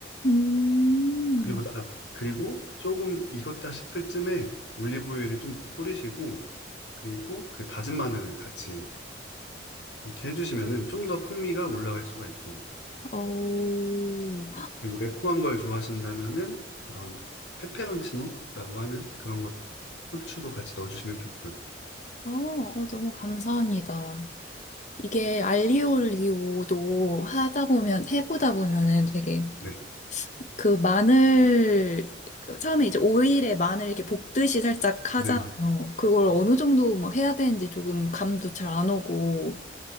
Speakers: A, on the left; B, on the left.
A: 음,
B: 그리고 나, 그리고 조금 익었다 싶을 쯤에 올리브유를 좀 뿌리시고 그리고 그 다진 마늘을 같이 이렇게 해주시면은 좀 더 풍미가 올라갈 수가 있어요.
A: 오.
B: 그리고 매콤한 걸 좋아하신다면은 그런 페페론치노라고 하는 그런 것 후추도 같이 넣어주시면 좋고요.
A: 어, 어, 너무 감사합니다. 이게 알리오 올리오도 하다 보면, 해보다 보면은 되게
B: 네,
A: 그 마늘 그 처음에 이제 오일에 마늘 이렇게 볶듯이 살짝 하잖아요.
B: 네,
A: 그걸 어느 정도 막 해야 되는지 조금 감도 잘 안 오고